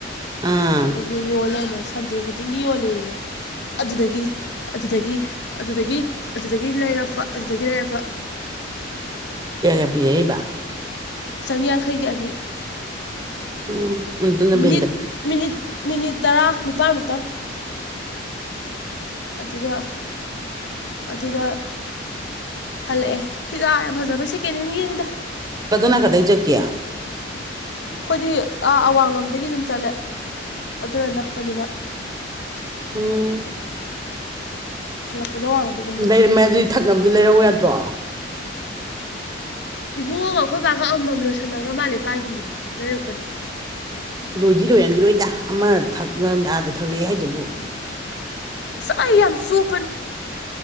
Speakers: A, on the right; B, on the left.
A: ꯑꯥ
B: ꯑꯗꯒꯤ ꯌꯣꯜꯂꯔꯃꯦ ꯁꯟꯗꯦ ꯈꯨꯗꯤꯡꯒꯤ ꯌꯣꯂꯌꯦ ꯑꯗꯨꯗꯒꯤ ꯑꯗꯨꯗꯒꯤ ꯑꯗꯨꯗꯒꯤ ꯑꯗꯨꯗꯒꯤ ꯂꯩꯔꯛꯄ ꯑꯗꯨꯗꯒꯤ ꯂꯩꯔꯛꯔꯕ
A: ꯀꯌꯥ ꯀꯌꯥ ꯄꯤꯖꯔꯤꯕ
B: ꯆꯅꯤ ꯌꯥꯡꯈꯩꯒꯤ ꯑꯅꯤ
A: ꯎꯝ ꯑꯗꯨꯅꯕꯨ
B: ꯃꯤꯅꯤꯠ
A: ꯍꯦꯟ ꯐꯩ
B: ꯃꯤꯅꯤꯠ ꯃꯤꯅꯤꯠ ꯇꯔꯥ ꯅꯤꯄꯥꯜꯃꯨꯛꯇꯪ ꯑꯗꯨꯒ ꯑꯗꯨꯒ ꯍꯜꯂꯛꯑꯦ ꯐꯤꯖꯥ ꯌꯥꯝ ꯐꯖꯕꯩ ꯁꯦꯀꯦꯟ ꯍꯦꯟꯒꯤꯅꯤꯗ
A: ꯀꯗꯣꯝ ꯅꯥꯀꯟꯗꯩ
B: ꯀꯗꯅ
A: ꯆꯠꯀꯦ
B: ꯀꯗ ꯆꯀꯦ <inaudible> ꯑꯩꯈꯣꯏꯗꯤ ꯑꯥ ꯑꯋꯥꯡꯂꯣꯝꯗꯒꯤ ꯑꯗꯨꯝ ꯆꯠꯂꯦ ꯑꯗꯨꯅ ꯅꯛꯄꯅꯤꯅ
A: ꯎꯝ
B: ꯍꯜꯂꯛꯄꯗ ꯋꯥꯡꯉꯗꯒꯤ
A: ꯂꯩꯔꯝꯃꯦ ꯑꯗꯨꯒꯤ ꯊꯛꯅꯕꯗꯨ ꯂꯩꯔꯧ ꯌꯥꯗ꯭ꯔꯣ
B: ꯏꯕꯨꯡꯉꯒ ꯑꯩꯈꯣꯏ ꯕꯥꯒ ꯑꯃꯃꯝ ꯂꯣꯏꯁꯤꯟꯅꯈ꯭ꯔ ꯃꯦ ꯄꯥꯏꯒꯤꯅꯤ ꯂꯩꯔꯛꯄꯅꯤ
A: ꯂꯣꯏꯗꯤ ꯂꯣꯏꯔꯝꯈꯤꯔꯣꯏꯗ ꯑꯃ ꯑꯥꯗ ꯊꯛꯂꯛꯑꯦ ꯍꯥꯏꯗꯨꯕꯨ
B: ꯁꯥꯏ ꯑꯃ ꯁꯣꯄꯅꯤ